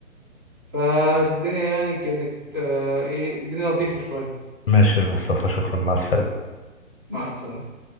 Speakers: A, on the right; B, on the left.
A: فالدنيا يعني كانت آه، إيه الدنيا لطيفة شوية
B: ماشي يا مصطفى شكرا مع السلامة
A: مع السلامة